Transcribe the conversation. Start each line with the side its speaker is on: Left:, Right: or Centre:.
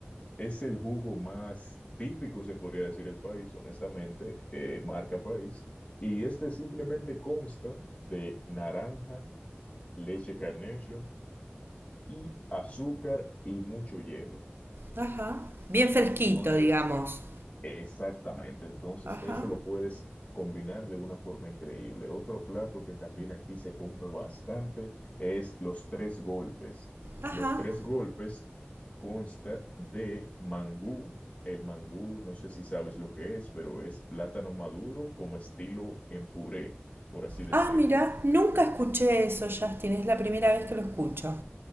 Left: Es el jugo más típico, se podría decir, del país, honestamente, eh, marca país. Y este simplemente consta de naranja, leche Carnation y azúcar y mucho hielo.
Right: Ajá. Bien fresquito,
Left: Entonces,
Right: digamos.
Left: Exactamente, entonces
Right: Ajá.
Left: eso lo puedes combinar de una forma increíble. Otro plato que también aquí se come bastante es los tres golpes.
Right: Ajá.
Left: Los tres golpes consta de mangú. El mangú, no sé si sabes lo que es, pero es plátano maduro como estilo en puré, por así decirlo.
Right: Ah, mira, nunca escuché eso, Justin. Es la primera vez que lo escucho.